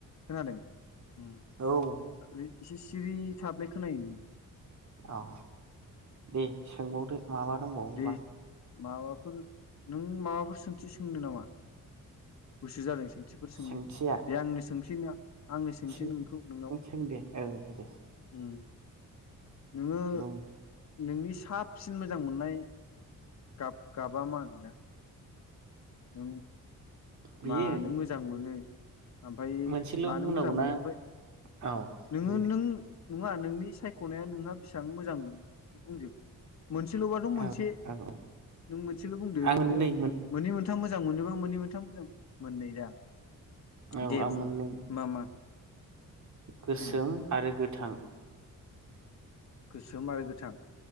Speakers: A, on the left; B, on the right.
A: खोनादों ओम
B: औ
A: एसे सिरि थाबनाय खोनायो नोंनिखौ
B: औ दे सोंबावदो माबा दंबावोबा
A: दे माबाफोर नों माबाफोर सोंथि सोंनो नामा गुसु जादों सोंथिफोर सोंनो
B: सोंथिया
A: दे आंनो सों आंनो सोंसै
B: सों
A: नोंखौ नोंनाव
B: सों दे औ दे
A: ओमण नोङो
B: बुं
A: नोंनि साबसिन मोजां मोननाय गाब गाबा मा नोंना <unintelligible>
B: बेयो
A: मानो मोजां मोनो ओमफाय
B: मोनसेल'
A: मानो
B: बुंनांगौना
A: मोजां मोनो ओमफाय
B: औ
A: नोङो
B: बुं दे
A: नों नङा नोंनि सायख'नाया नोंहा बेसेबां मोजां मोनो बेखौ बुंजोब मोनसेल'बाथ' मोनसे
B: औ औ औ
A: नों मोनसेल' बुंदो
B: आं
A: नोङो
B: मोननै
A: मोननै मोनथाम मोजां मोनोबा मोननै मोनथाम मोजां मोननै दा
B: औ
A: दे
B: आं
A: बुं
B: मोननै
A: मा मा
B: गोसोम
A: औ
B: आरो गोथां
A: गोसो आरो गोथां